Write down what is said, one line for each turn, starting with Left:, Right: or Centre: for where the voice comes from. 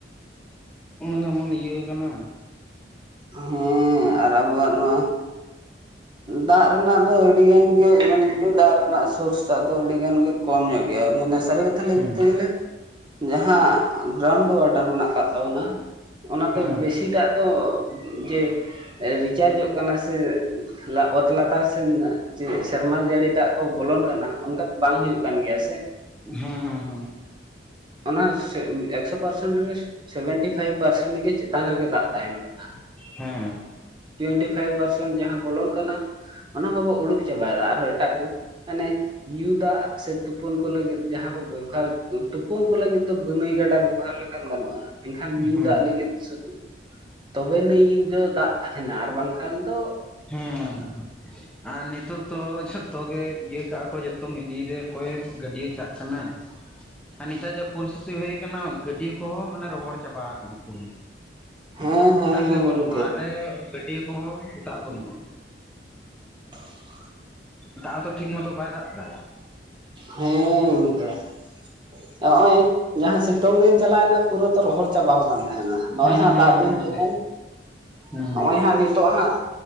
Centre: ᱮᱢᱚᱱ ᱮᱢᱚᱱ ᱤᱭᱟᱹ ᱠᱟᱱᱟ
Right: ᱦᱮᱸ ᱟᱨ ᱟᱵᱚᱣᱟᱜ ᱱᱚᱣᱟ ᱫᱟᱜ ᱨᱮᱱᱟᱜ ᱫᱚ ᱟᱹᱰᱤ ᱜᱟᱱ ᱜᱮ <unintelligible> ᱫᱟᱜ ᱨᱮᱱᱟᱜ ᱥᱳᱥᱴᱟᱜ ᱫᱚ ᱟᱹᱰᱤ ᱜᱟᱱ ᱜᱮ ᱠᱚᱢ ᱧᱚᱜ ᱜᱮᱭᱟ ᱢᱟᱱᱮ ᱥᱟᱹᱨᱤ ᱛᱟᱦᱚᱞᱮ
Centre: ᱦᱮᱸ
Right: ᱠᱚᱨᱛᱮ ᱜᱮᱞᱮ ᱡᱟᱦᱟᱸ ᱜᱨᱟᱣᱩᱱᱰ ᱣᱟᱴᱟᱨ ᱢᱮᱱᱟᱜ ᱟᱠᱟᱫ ᱛᱟᱵᱚᱱᱟ ᱚᱱᱟ ᱫᱚ
Centre: ᱦᱮᱸ
Right: ᱵᱮᱥᱤ ᱫᱟᱜ ᱫᱚ ᱡᱮ ᱨᱤᱪᱟᱨᱡᱚᱜ ᱠᱟᱱᱟ ᱥᱮ ᱚᱛ ᱞᱟᱛᱟᱨ ᱥᱮᱱ ᱥᱮᱨᱢᱟ ᱡᱟᱹᱲᱤ ᱫᱟᱜ ᱠᱚ ᱵᱚᱞᱚᱱ ᱠᱟᱱᱟ ᱚᱱᱠᱟ ᱫᱚ ᱵᱟᱝ ᱦᱩᱭᱩᱜ ᱠᱟᱱ ᱜᱮᱭᱟ ᱥᱮ,
Centre: ᱦᱮᱸ ᱦᱮᱸ
Right: ᱚᱱᱟ ᱮᱠᱥᱚ ᱯᱟᱨᱥᱮᱱᱴ ᱨᱮ ᱥᱮᱵᱷᱮᱱᱴᱤ ᱯᱷᱟᱭᱤᱵᱷ ᱯᱟᱨᱥᱮᱱᱴ ᱜᱮ ᱪᱮᱛᱟᱱ ᱨᱮᱜᱮ ᱫᱟᱜ ᱛᱟᱦᱮᱱ ᱠᱟᱱᱟ ᱾
Centre: ᱦᱮᱸ ᱾
Right: ᱴᱩᱭᱮᱱᱴᱤ ᱯᱷᱟᱭᱤᱵᱷ ᱯᱟᱨᱥᱮᱱᱴ ᱡᱟᱦᱟᱸ ᱵᱚᱞᱚᱱ ᱠᱟᱱᱟ ᱚᱱᱟ ᱵᱟᱵᱚ ᱩᱰᱩᱠ ᱪᱟᱵᱟᱭᱮᱫᱟ ᱟᱨᱦᱚᱸ ᱮᱴᱟᱜ ᱠᱚ ᱢᱟᱱᱮ ᱧᱩ ᱫᱟᱜ ᱥᱮ ᱛᱩᱯᱩᱱ ᱠᱚ ᱞᱟᱹᱜᱤᱫ ᱡᱟᱦᱟᱸ ᱵᱚ ᱵᱮᱵᱚᱦᱟᱨ ᱛᱩᱯᱩᱱ ᱠᱚ ᱞᱟᱹᱜᱤᱫ ᱫᱚ ᱜᱱᱟᱹᱭ ᱜᱟᱰᱟ ᱵᱮᱵᱚᱦᱟᱨ ᱞᱟᱹᱜᱤᱫ ᱜᱟᱱᱚᱜᱼᱟ ᱮᱱᱠᱷᱟᱱ ᱧᱩ
Centre: ᱦᱮᱸ
Right: ᱫᱟᱜ ᱞᱟᱹᱜᱤᱫ ᱥᱩᱫᱷᱩ ᱛᱚᱵᱮᱱᱤᱡ ᱡᱮ ᱫᱟᱜ ᱦᱮᱱᱟ ᱟᱨ ᱵᱟᱝᱠᱷᱟᱱ ᱫᱚᱼᱼ
Centre: ᱦᱮᱸ ᱟᱨ ᱱᱤᱛᱼᱼ -ᱚᱜ ᱫᱚ ᱡᱚᱛᱚ ᱜᱮ ᱤᱭᱟᱹ ᱠᱟᱜᱼᱟ ᱠᱚ ᱡᱚᱛᱚ ᱢᱤᱫᱤᱱᱮ ᱚᱠᱚᱭᱮ ᱜᱟᱹᱰᱭᱟᱹ ᱪᱟᱜ ᱠᱟᱱᱟᱭ᱾
Right: <inaudible>
Centre: ᱟᱨ ᱱᱮᱛᱟᱨ ᱡᱟ ᱯᱚᱨᱤᱥᱛᱷᱤᱛᱤ ᱦᱭ ᱟᱠᱟᱱᱟ ᱜᱟᱹᱰᱭᱟᱹ ᱠᱚᱦᱚᱸ ᱢᱟᱱᱮ ᱨᱚᱦᱚᱲ ᱪᱟᱵᱟ ᱟᱠᱟᱱᱟ ᱯᱩᱨᱟᱹ᱾
Right: ᱦᱮᱸ ᱦᱮᱸ
Centre: ᱫᱟᱜ
Right: ᱦᱮᱸ
Centre: ᱜᱮ
Right: ᱜᱚᱝᱠᱮ
Centre: ᱵᱟᱹᱱᱩᱜᱼᱟ ᱟᱞᱮ ᱜᱟᱹᱰᱭᱟᱹ ᱠᱚᱦᱚᱸ ᱫᱟᱜ ᱵᱟᱹᱱᱩᱜᱼᱟ᱾
Right: <inaudible>
Centre: ᱫᱟᱜ ᱫᱚ ᱛᱚ ᱴᱷᱤᱠ ᱢᱚᱛᱚ ᱵᱟᱭ ᱫᱟᱜ ᱮᱫᱟᱭᱼᱼᱼ
Right: ᱦᱮᱸ ᱚᱱᱠᱟᱭ <unintelligible> ᱡᱟᱦᱟᱸ ᱥᱤᱛᱩᱝ ᱫᱤᱱ ᱪᱟᱞᱟᱣᱮᱱᱟ ᱯᱩᱨᱟᱹ ᱛᱚ ᱨᱚᱦᱚᱲ ᱪᱟᱵᱟᱟᱣ ᱟᱠᱟᱱ ᱛᱟᱦᱮᱱᱟ ᱱᱚᱜ
Centre: ᱦᱩᱸ
Right: ᱚᱭ ᱦᱟᱸᱜ
Centre: ᱦᱩᱸ
Right: ᱫᱟᱜ ᱫᱤᱱ ᱦᱮᱡ ᱮᱱᱼᱼ
Centre: ᱦᱩᱸ
Right: ᱱᱚᱜᱼᱚᱭ ᱦᱟᱸᱜ ᱱᱤᱛᱚᱜ ᱦᱟᱸᱜᱼᱼᱼ